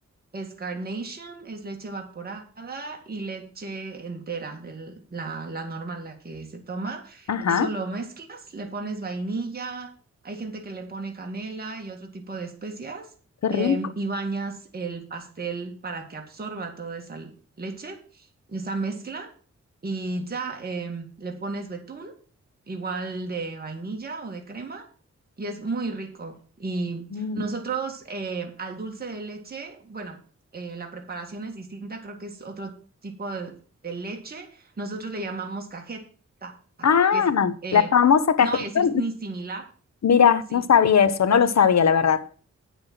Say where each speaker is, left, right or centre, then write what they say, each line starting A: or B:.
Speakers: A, on the right; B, on the left.
A: es carnation, es leche evaporada y leche entera, de la, la normal, la que se toma.
B: ajá,
A: Eso lo mezclas, le pones vainilla, hay gente que le pone canela y otro tipo de especias,
B: qué
A: em,
B: rico.
A: y bañas el pastel para que absorba toda esa leche, esa mezcla, y ya em, le pones betún, igual de vainilla o de crema y es muy rico. Y
B: Mm.
A: nosotros eh, al dulce de leche, bueno, eh, la preparación es distinta, creo que es otro tipo de, de leche. Nosotros le llamamos cajeta,
B: Ah,
A: que es, eh,
B: la famosa cajeta.
A: no voy a decir ni similar,
B: mira,
A: sí.
B: no sabía eso, no lo sabía, la verdad.